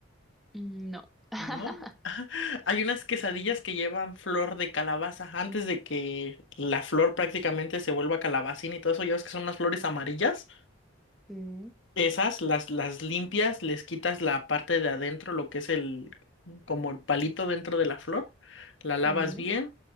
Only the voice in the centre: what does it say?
Mm, No. <laughs>
Sí,
sí.